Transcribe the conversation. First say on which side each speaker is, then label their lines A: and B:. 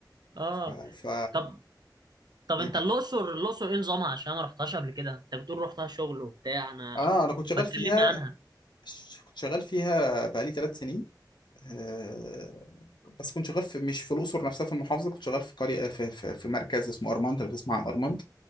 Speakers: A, on the right; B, on the left.
A: اه
B: ف, ف...
A: طب طب
B: يعني
A: انت الاقصر الاقصر ايه نظامها عشان ما رحتهاش قبل كده انت بتقول رحتها شغل وبتاع انا
B: انا انا كنت شغال
A: ما تكلمنا
B: فيها
A: عنها
B: كنت شغال فيها بقالي ثلاث سنين آه، بس كنت شغال في مش في الاقصر نفسها في المحافظه كنت شغال في قريه في في, في مركز اسمه ارمنت لو تسمع عن ارمنت